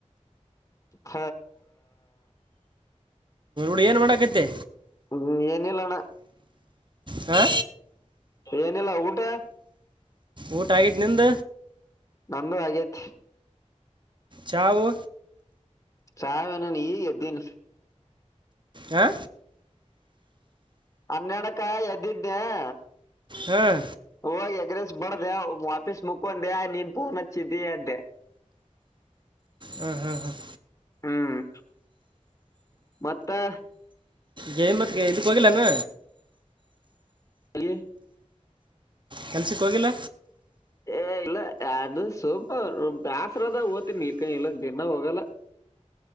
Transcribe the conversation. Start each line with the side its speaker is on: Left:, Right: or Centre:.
Left: ಹ
Right: ಡಿ ಏನ್ ಮಾಡಕತ್ತಿ
Left: ಹ್ಮ್, ಏನಿಲ್ಲ ಅಣ್ಣ
Right: ಹ
Left: ಏನಿಲ್ಲ ಊಟ
Right: ಊಟ ಆಗಿತೆ ನಿಂದ
Left: ನ್ದೂ ಆಗೇತ್
Right: ಚಾವು
Left: ಚಾ ನ ಈ ಎದ್ದಿನ
Right: ಆ
Left: ಹನ್ನಡಕ್ಕ ಎದ್ದಿದ್ದನೆ
Right: ಹಾಂ
Left: ಹೋಗಿ ಎಗ್ ರೈಸ್ ಬಡ್ದ ವಾಪೀಸ್ ಮುಕ್ಕೊಂಡೆ ನೀನ್ ಫೋನ್ ಹಚ್ಚಿದ್ದಿ ಅಂತೆೆ
Right: ಹ್ಮ್ ಹ್ಮ್ ಹ್ಮ್
Left: ಹ್ಮ್ ಮತ್ತೆ
Right: ಗಯ ಮತ್ಗೆ ಇದು ಹೋಗಿಲ್ಲೇನೋ
Left: ಹಗೆ <inaudible>
Right: ಕೆಲ್ಸಕ್ ಹೋಗಿಲ್ಲ
Left: ಏ ಇಲ್ಲ ಅದು ಸುಮ ಬ್ಯಾಸರ ಅದಾಗ ಹೋತೀನಿ ಈಕೆ ಇಲ್ಲ ದಿನಾ ಹೋಗಲ್ಲ